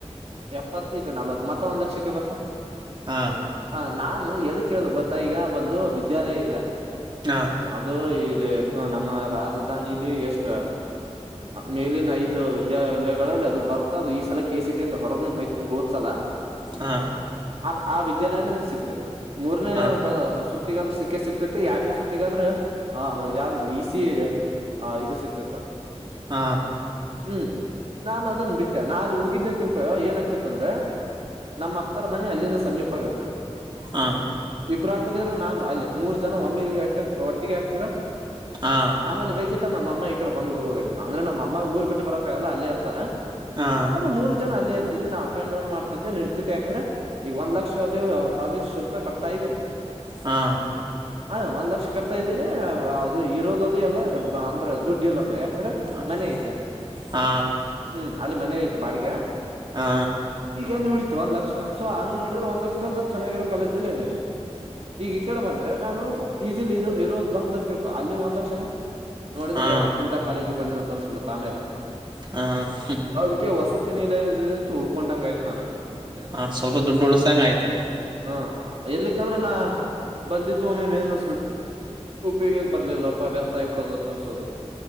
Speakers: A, on the right; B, on the right.
A: ಎಪ್ಪತ್ತು ಈಕ ನಲ್ವತ್ ಮತ್ತ ಒಂದ್ ಲಕ್ಷಕ್ಕೆ ಬಂತ್ತು.
B: ಹಾ.
A: ಹ ನಾನು ಎದು ಹೇಳುದು ಗೊತ್ತಾ ಈಗ ಬಂದು ವಿದ್ಯಾಲಯ ಇದೆ.
B: ಹಾ.
A: ಅದು ಇಲ್ಲಿ ಹ ನಮ್ಮ ರಾಜಧಾನಿಲಿ ಎಷ್ಟ ಮೇಲಿನ ಐದು. ಇದು ವಿದ್ಯಾಲಯಗಳಲ್ಲಿ ಅದು ಬರ್ತಾದು ಈ ಸಲ ಕೆ ಸಿಟಿ ಯಂದ ಹೊರಗು ಹೋಯ್ತು ಹೋದ್ಸಲ.
B: ಹಾ
A: ಆ ಆ ವಿದ್ಯಾಲಯ ನಂಗೆ ಸಿಕ್ತಿತ್ತು ಮೂರನೇ
B: ಹಾ
A: ಸುತ್ತಿಗಾದ್ರೂ ಸಿಕ್ಕೇ ಸಿಕ್ತಿ ಮೂರನೆಯ ಸುದ್ದಿಗಾದ್ರೂ ಸಿಕ್ಕೇ ಸಿಗುತ್ತಾ. ತ್ತಿಗದ್ರು ಆ ಯಾವ್ದ ಈಸಿಏ ಆ ಇದು ಸಿಗ್ತಿತ್ತ.
B: ಹಾ.
A: ಹ್ಮ್ ನಾನ್ ಅದನ್ ಬಿಟ್ಟೆ ನಾ ಅಲ್ಲಿ ಹೋಗಿದ್ದೀನಿ ತಿಳ್ಕೋ ಏನ ಆಗ್ತಿತ್ತ ಅಂದ್ರ. ನಮ್ಮ್ ಅಕ್ಕರ ಮನಿ ಅಲ್ಲಿಂದ ಸಮೀಪ ಆಗತ್ತಾ.
B: ಹಾ.
A: ಇಬ್ರು ಅಕ್ದಿರು ನಾನು ಅಲ್ಲಿ ಮೂರ್ ಜನ ಒಮ್ಮೆ ಒಟ್ಟ ಒಟ್ಟಿಗೆ ಆಗ್ತೀವಾ.
B: ಹಾ.
A: ಆಮೇಲೆ ಬೇಕಿತ್ತ ನಮ್ಮ ಈ ಕಡೆ ಬಂದ ಬಿಡಬಹುದು ಆಗಿತ್ತ ಅಂದ್ರೆ ನಮ್ಮ ಅಮ್ಮ ಊರ್ ಬಿಟ್ಟು ಬರಕ್ಕಾಗಲ್ಲ ಅಲ್ಲ ಇರ್ತಾರೆ.
B: ಹಾ ಹಾ
A: ಆದರೆ ಮೂರು ಜನ ಅಲ್ಲೇ ಇರ್ತಿದ್ವಿ. ನಾ ಅಪ್ ಅಂಡ್ ಡೌನ್ ಮಾಡ್ತಿದ್ದೆ ನಡತಿತಿ ಯಾಕಂದ್ರೆ ಈಗ ಒಂದ್ ಲಕ್ಷ ಅಲ್ಲಿ ಕಾಲೇಜ್ ಶುಲ್ಕ ಕಟ್ತಾ ಇದೀನೆ.
B: ಹಾ.
A: ಹ ಒಂದ್ ಲಕ್ಷ ಕಡ್ತ ಇದ್ದೀನಿ ಅದು ಇರೋದದು ಎಲ್ಲ ಅಂದ್ರೆ ದುಡ್ ಇಲ್ಲದು ಯಾಕಂದ್ರೆ.
B: ಹ
A: ಮನೆ ಐತೆ
B: ಹಾ.
A: ಹ್ಮ್ ಅಲ್ಲಿ ಮನೆ ಆಯ್ತಿ ಬಾಡಿಗೆ.
B: ಹಾ.
A: ಈಗ ಎಲ್ಲಿ ಉಳಿತು ಒಂದ ಲಕ್ಷ ಸೊ ಹಂಗ ನೋಡಿದ್ರೆ ಒಂದ ಲಕ್ಷದಲ್ಲಿ ನಾ ಚನ್ನಾಗಿರೋ ಕಾಲಜದಲ್ಲಿ ಇದ್ದೇನೆ. ಈಗ ಈ ಕಡೆ ಬಂದ್ರೆ ನಾನು ಪಿ ಜಿಲಿ ಇರೋದ ಬಂತ. ತಿಳ್ಕೊ ಅಲ್ಲಿನ ಒಂದ ಲಕ್ಷನ ನೋಡಿದ್ರೆ
B: ಹಾ
A: ಇಂತ ಕಾಲೇಜಿಗೆ ಬಂದಿವ್ ಅಂತ ಅನಡಿಬಿಡ್ತದ ಆಮೇಲೆ.
B: ಹಾ ಹ್ಮ್.
A: ಅದಕ್ಕೆ ವಸತಿ ನಿಲಯದಿಂದ ಉಳ್ಕೊಂಡಂಗ ಆಯ್ತು ನಾನು.
B: ಹ ಸ್ವಲ್ಪ ದುಡ್ಡು ಉಳಸ್ದಂಗ ಆಯ್ತು.
A: ಹಾ ಇರ್ಲಿಕ್ಕ ಅಂದ್ರೆ ನಾ ಬಂದಿದು ಒಮ್ಮಿ ಮೇನ್ನ್. ಉಪಯೋಗಕ್ಕೆ ಬರಲಿಲ್ಲಪ್ಪ ವ್ಯರ್ಥ ಆಗಿ ಬಿಡುವುದು ಅನಿಸುವುದು